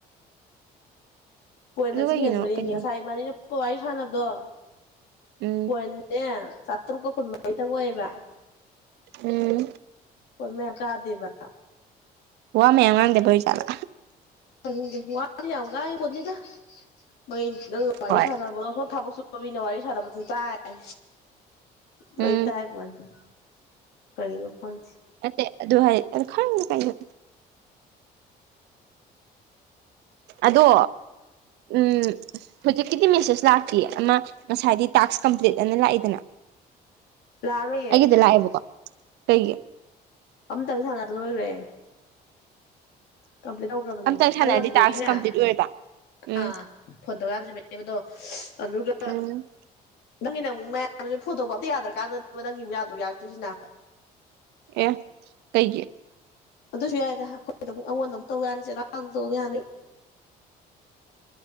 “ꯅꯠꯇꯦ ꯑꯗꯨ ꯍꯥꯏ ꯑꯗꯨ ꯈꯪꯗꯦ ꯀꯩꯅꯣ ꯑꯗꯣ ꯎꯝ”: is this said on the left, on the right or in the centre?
Right